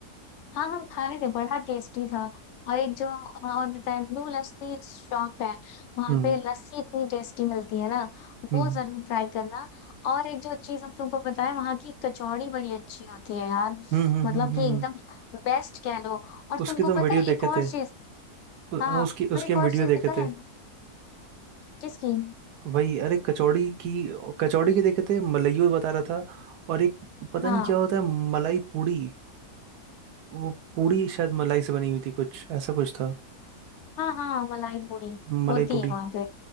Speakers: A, on the left (about 60°); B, on the right (about 80°).
A: हाँ हम खाए थे बड़ा टेस्टी था और एक जो हाँ, और बताया ब्लू लस्सी शॉप है वहां
B: हम्म
A: पे लस्सी इतनी टेस्टी मिलती है ना
B: हम्म
A: वो जरूर ट्राई करना और एक जो चीज हम तुमको बताया वहाँ की कचौड़ी बड़ी अच्छी होती है यार
B: हम्म हम्म
A: मतलब
B: हम्म हम्म, हम्म।
A: कि
B: हम्म,
A: एकदम
B: हम्म।
A: बेस्ट कह लो और
B: उसकी
A: तुमको
B: तो हम
A: पता
B: वीडियो
A: है
B: देखे
A: एक और
B: थे
A: चीज
B: उ-
A: हाँ
B: हाँ उसकी
A: और
B: उसकी
A: एक
B: हम
A: और
B: वीडियो
A: चीज
B: देखे
A: पता
B: थे
A: है किसकी
B: वही अरे कचौड़ी की कचौड़ी के देखे थे मलाइयो बता रहा था और एक पता
A: हाँ
B: नहीं क्या होता है मलाई पूड़ी वो पूड़ी शायद मलाई से बनी हुई थी कुछ ऐसा कुछ था
A: हाँ हाँ मलाई पूरी
B: मलाई
A: होती
B: पूड़ी
A: है वहां पे